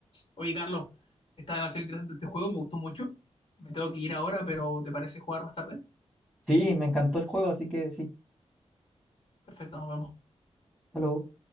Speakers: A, on the left; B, in the centre.
A: Oye, Carlos, está demasiado interesante este juego, me gustó mucho. Me tengo que ir ahora, pero ¿te parece jugar más tarde?
B: sí, me encantó el juego, así que sí.
A: Perfecto, nos vemos.
B: Hasta luego.